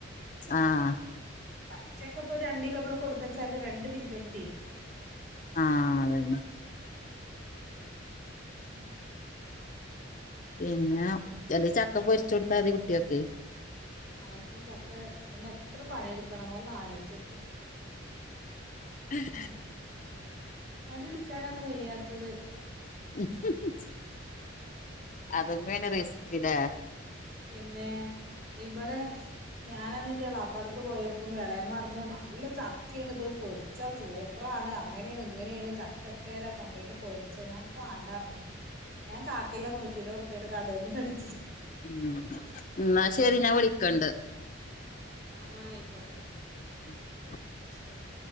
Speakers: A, on the left; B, on the right.
A: ആഹ്
B: പച്ചക്കെപ്പോ ഒരു രണ്ടീലോബടെ കൊടുന്നെച്ചാല് രണ്ട് മിനിറ്റൊണ്ട് തീരും
A: ആഹ് അതന്നെ
B: <inaudible>
A: പിന്നെ ചെലെ ചക്ക പൊരിച്ചു കൊടുത്താതി കുട്ട്യക്ക്
B: അയിരിക്കും ചക്ക നമ്മെത്ര പണിയെടുക്കണങ്ങളൊന്ന് ആലോയ്ച്ചോക്കി
A: <inaudible>
B: പണിടുക്കാനാണ് വെയ്യാത്തത്
A: <unintelligible> അതുംമേനെറിസ്കിലാ
B: പിന്നെ ഇവടെ ഞാനന്ന്ന്റെ എളാപ്പാടക്ക് പോയോക്കുംമ്പൊ എളേമ്മാറഞ്ഞു നല്ല ചക്കയാണ് ഇത് പൊരി ച്ച സൂപ്പറാണ്ണ് അങ്ങനെയാണ് ഇങ്ങനെയാണ് ചക്കേട്ട് രാ കൊണ്ടോയിട്ട് പൊരിച്ചോ ഞാവാണ്ടാ ഞാൻ കാക്കിലോ നൂറ്റിറുപ്യേടെ കടേന്ന്മേടി
A: ഉം ന്നാ ശെരി ഞാൻ വിളിക്കണ്ട്
B: ആയിക്കോട്ടെ
A: ഉം
B: ശെരി